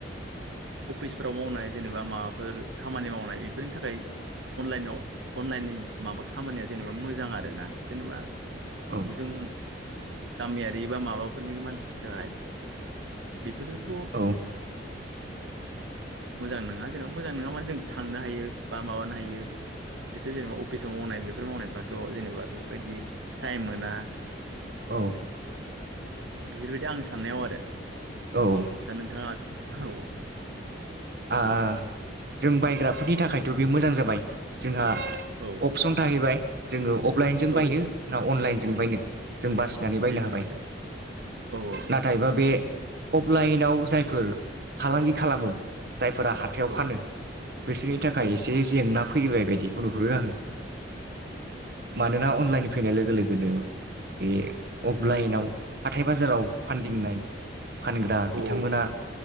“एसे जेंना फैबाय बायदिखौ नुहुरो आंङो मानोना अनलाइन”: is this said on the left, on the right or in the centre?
Right